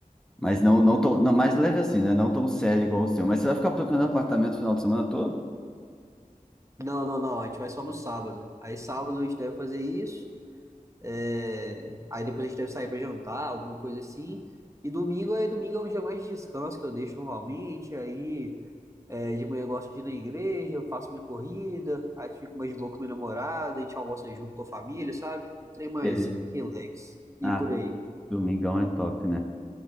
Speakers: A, in the centre; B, on the right.
A: Mas não, não tão. Não, mais leve assim, né? Não tão sério igual o seu. Mas você vai ficar procurando apartamento o final de semana todo?
B: Não, não, não, a gente vai só no sábado. Aí sábado a gente deve fazer isso. É, Aí depois a gente deve sair pra jantar, alguma coisa assim. E domingo é domingo é um dia mais de descanso que eu deixo normalmente. Aí é, de manhã eu gosto de ir na igreja, eu faço minha corrida, aí fico mais de boa com minha namorada, a gente almoça junto com a família, sabe? Um trem mais
A: É.
B: relax e
A: Ah,
B: por aí.
A: domingão é top, né?